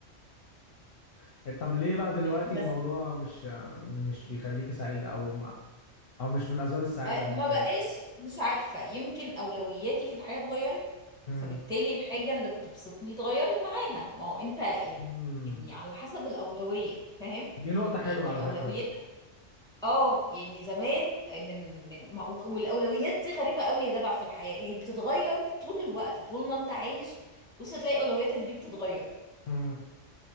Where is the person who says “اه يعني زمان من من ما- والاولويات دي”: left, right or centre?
Centre